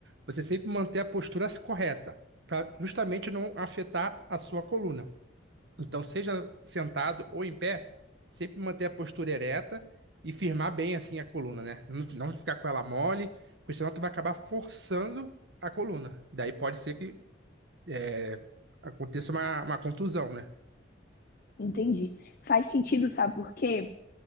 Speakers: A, on the right; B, on the left.
A: você sempre manter a postura correta, para justamente não afetar a sua coluna. Então, seja sentado ou em pé, sempre manter a postura ereta e firmar bem assim a coluna, né? Não, não ficar com ela mole, porque senão tu vai acabar forçando a coluna. Daí pode ser que é, aconteça uma, uma contusão, né?
B: Entendi. Faz sentido, sabe por quê?